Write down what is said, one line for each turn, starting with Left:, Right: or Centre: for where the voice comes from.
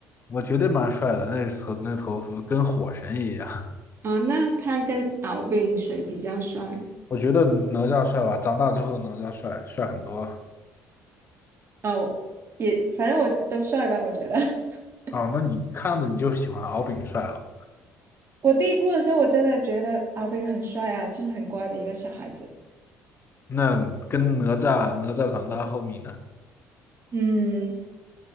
Left: 我觉得蛮帅的，那头那头发跟火神一样。<laughs>
Right: 啊，那他跟敖丙谁比较帅？
Left: 我觉得哪吒帅吧，长大之后的哪吒帅帅很多
Right: 哦，也反正我都帅吧，我觉得。<laughs>
Left: 啊。那你看着你就喜欢敖丙帅了，
Right: 我第一部的时候，我真的觉得敖丙很帅啊，就是很乖的一个小孩子。
Left: 那跟哪吒哪吒长大后面呢？
Right: 嗯，